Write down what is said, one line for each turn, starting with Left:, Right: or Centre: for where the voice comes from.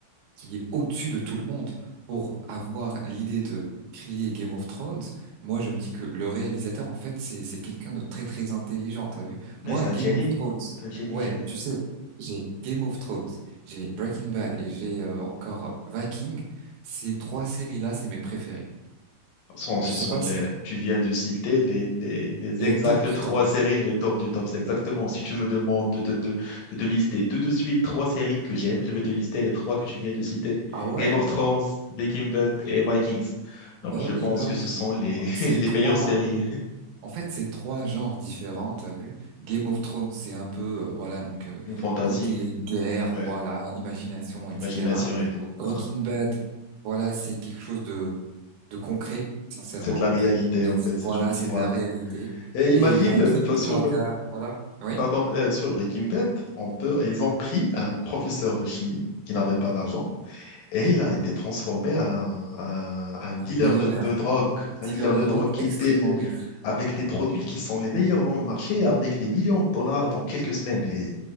Right: qui est au-dessus de tout le monde pour avoir l'idée de créer Game of Thrones, moi je me dis que le réalisateur en fait c'est c'est quelqu'un de très très intelligent, t'as vu?
Left: ouais,
Right: Moi
Left: c'est
Right: Game
Left: un génie.
Right: of Thrones,
Left: C'est un génie,
Right: ouais,
Left: Gilles.
Right: tu sais, j'ai Game of Thrones, j'ai Breaking Bad et j'ai euh, encore Viking. Ces trois séries-là, c'est mes préférées.
Left: Sont- Ce
Right: Je sais
Left: sont
Right: pas
Left: les,
Right: si
Left: tu viens de citer les, les, les
Right: c'est
Left: exactes
Right: le top du
Left: trois
Right: top.
Left: séries, les tops du top. C'est exactement. Si tu me demandes de te, de, de te lister tout de suite trois séries que j'aime, je vais te lister les trois que tu viens de citer.
Right: Ah ouais?
Left: Game of Thrones, Breaking Bad et Vikings.
Right: Bah
Left: Donc, je
Right: oui,
Left: pense
Right: bah
Left: que
Right: oui.
Left: ce sont les, <laughs>
Right: Ces
Left: les
Right: trois
Left: meilleures séries.
Right: En fait, c'est trois genres différents, t'as vu? Game of Thrones, c'est un peu, euh, voilà, donc euh,
Left: Une fantaisie,
Right: côté guerre,
Left: ouais,
Right: voilà, imagination, etc.
Left: imagination et tout.
Right: Breaking
Left: Voilà.
Right: Bad, voilà, c'est quelque chose de, de concret, sincèrement.
Left: C'est de la
Right: Donc,
Left: réalité,
Right: euh, donc,
Left: en fait.
Right: voilà,
Left: C'est une histoire.
Right: c'est de la réalité.
Left: Et imagine,
Right: Et Viking,
Left: euh, pas
Right: voilà,
Left: sur, euh,
Right: voilà, oui,
Left: pardon, euh, sur Breaking Bad, on peut, ils ont pris un professeur de chimie qui n'avait pas d'argent. Et il a été transformé en, en- en dealer
Right: un millionnaire,
Left: de, de drogue, un
Right: dealer
Left: dealer
Right: de
Left: de
Right: drogue,
Left: drogue qui
Right: extrêmement
Left: était le-
Right: riche.
Left: avec des produits qui sont les meilleurs dans le marché, avec des millions de dollars dans quelques semaines. Et